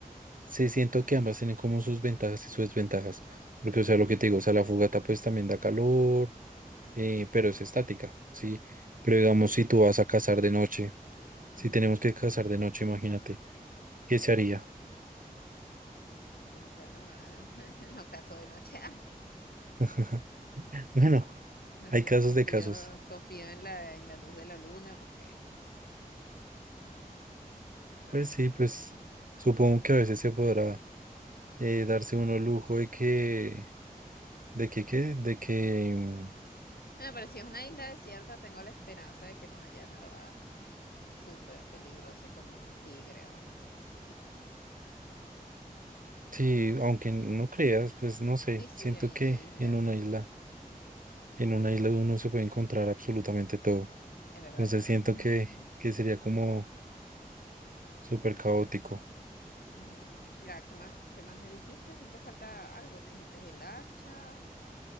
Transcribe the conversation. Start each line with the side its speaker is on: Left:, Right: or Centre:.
Right: se siento que ambas tienen como sus ventajas y sus desventajas, porque, o sea, lo que te digo, o sea, la fogata pues también da calor, eh, pero es estática, ¿sí? Pero digamos, si tú vas a cazar de noche, si
Left: Ujú.
Right: tenemos que cazar de noche, imagínate, ¿qué se haría?
Left: Bu- Bueno, más, <laughs> no caso de noche.
Right: <laughs>
Left: <laughs>
Right: Bueno,
Left: No
Right: hay
Left: sé,
Right: casos
Left: confío,
Right: de casos.
Left: confío en la, en la luz de la luna porque, no
Right: Pues
Left: sé.
Right: sí, pues
Left: <laughs>
Right: supongo que a veces se podrá eh, darse uno el lujo de que, de que, ¿qué? de que
Left: Bueno, pero si es una isla desierta, tengo la esperanza de que no haya nada súper peligroso como un tigre o algo así, no sé.
Right: Sí, aunque no creas, pues no sé,
Left: Sí, sí,
Right: siento
Left: hay,
Right: que
Left: hay islas
Right: en una
Left: que
Right: isla,
Left: tienen.
Right: en una isla uno se puede encontrar absolutamente todo.
Left: Es verdad,
Right: Entonces
Left: es
Right: siento
Left: verdad.
Right: que, que
Left: <laughs>
Right: sería como súper caótico.
Left: Ujú. Ya, ¿qué más, qué más me dijiste? ¿No te falta algo? Me dijiste el hacha,